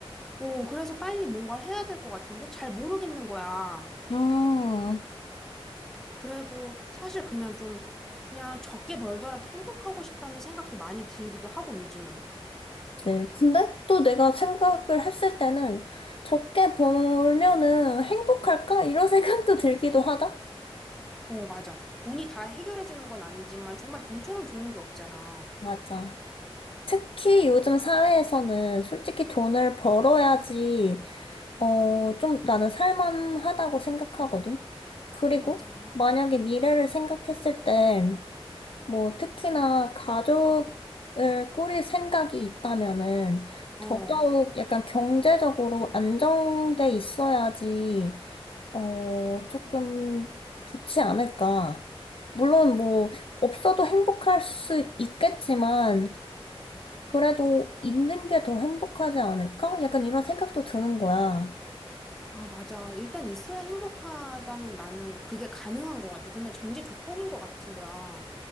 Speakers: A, in the centre; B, on the left.
A: 어, 그래서 빨리 뭔가를 해야 될 것 같은데 잘 모르겠는 거야.
B: 음.
A: 그리고 사실 그냥 좀, 그냥 적게 벌더라도 행복하고 싶다는 생각도 많이 들기도 하고, 요즘은.
B: 네. 근데 또 내가 생각을 했을 때는 적게 벌면은 행복할까? 이런 <laughs> 생각도 들기도 하다?
A: 어, 맞아. 돈이 다 해결해주는 건 아니지만 정말 돈처럼 좋은 게 없잖아.
B: 맞아. 특히 요즘 사회에서는 솔직히 돈을 벌어야지, 어, 좀 나는 살만하다고 생각하거든? 그리고
A: 맞아.
B: 만약에 미래를 생각했을 때, 뭐, 특히나 가족을 꾸릴 생각이 있다면은
A: 어.
B: 더더욱 약간 경제적으로 안정돼 있어야지 어, 조금 좋지 않을까. 물론 뭐, 없어도 행복할 수 있겠지만, 그래도 있는 게 더 행복하지 않을까? 약간 이런 생각도 드는 거야.
A: 아, 맞아. 일단 있어야 행복하다는 나는 그게 가능한 것 같아. 그냥 전제 조건인 것 같은 거야.